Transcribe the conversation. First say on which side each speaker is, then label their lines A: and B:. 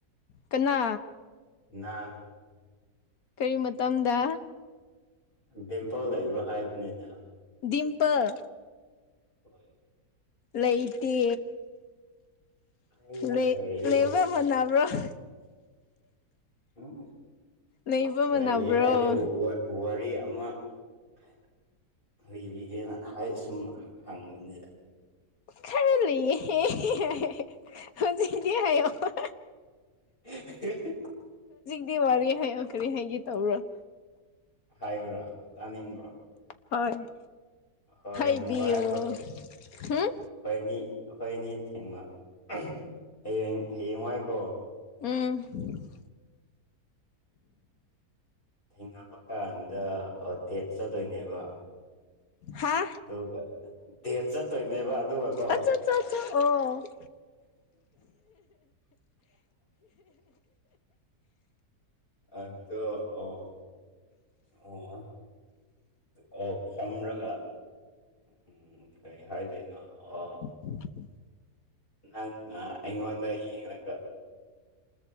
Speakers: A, on the left; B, on the left.
A: ꯀꯅꯥ
B: ꯅꯪ
A: ꯀꯔꯤ ꯃꯇꯝꯗ
B: ꯚꯝꯄꯥꯎ ꯂꯩꯔ ꯍꯥꯏꯕꯅꯦꯗ
A: ꯗꯤꯡꯇꯜ
B: ꯍꯣꯏ
A: ꯂꯩꯇꯦ
B: ꯑꯩꯌꯥ
A: ꯂꯩ
B: ꯂꯩꯔꯦ
A: ꯂꯩꯕ
B: ꯋꯥ
A: ꯃꯥꯅꯕ꯭ꯔꯣ <inaudible>
B: ꯎꯝ
A: ꯂꯩꯕ
B: ꯑ
A: ꯃꯥꯟꯅꯕ꯭ꯔꯣ
B: ꯂꯩꯌ‌ꯦ ꯍꯥꯏꯔꯦ ꯋꯥ ꯋꯥ ꯋꯥꯔꯤ ꯑꯃ ꯑꯥ ꯂꯤꯕꯤꯒꯦꯅ ꯍꯥꯏ ꯁꯨꯝ ꯍꯪ ꯍꯪꯕꯅꯦꯗ
A: ꯈꯔ ꯂꯩꯌ‌ꯦ ꯍꯧꯖꯤꯛꯗꯤ ꯍꯥꯏꯌ‌ꯣ
B: <inaudible>
A: ꯗꯨꯒꯤ ꯋꯥꯔꯤ ꯍꯥꯏꯌ‌ꯣ ꯀꯔꯤ ꯍꯥꯏꯒ‌ꯦ ꯇꯧ꯭ꯕꯔꯣ
B: ꯍꯥꯏꯌꯨꯔ‌ꯣ ꯇꯥꯟꯅꯤꯡꯕꯔ‌ꯣ
A: ꯍꯣꯏ
B: ꯍ‌ꯣꯔꯦꯟ
A: ꯍꯥꯏꯕꯤꯌꯣ
B: ꯋꯥꯏ ꯑꯩꯈ‌ꯣꯏ
A: ꯍꯨꯝ
B: ꯑꯈ‌ꯣꯏ ꯑꯅꯤ ꯑꯩꯈꯣꯏ ꯑꯅꯤ ꯊꯦꯡꯅ ꯑꯝ ꯍꯌꯦꯡ ꯍꯌꯦꯡꯋꯥꯏꯀꯣ
A: ꯎꯝ
B: ꯊꯦꯡꯅꯕ ꯀꯥꯟꯗ ꯑꯥ ꯗꯦꯠ ꯆꯠꯇ‌ꯣꯏꯅꯦꯕ
A: ꯍꯥ
B: ꯑꯗꯨꯒ ꯗꯦꯠ ꯆꯠꯇꯣꯏꯅꯦꯕ ꯑꯗꯨꯒ ꯀꯣ
A: ꯑꯆꯥ ꯆꯥ ꯑꯣ <inaudible>
B: ꯑꯗꯣ ꯑꯣ ꯑꯣ ꯑꯣ ꯐꯝꯔꯒ ꯎꯝ ꯀꯩ ꯍꯥꯏꯗꯣꯏꯅꯣ ꯑ‌ꯣ
A: <inaudible>
B: ꯅꯪꯅ ꯑꯩꯉꯣꯟꯗ ꯌ‌ꯦꯡꯂꯒ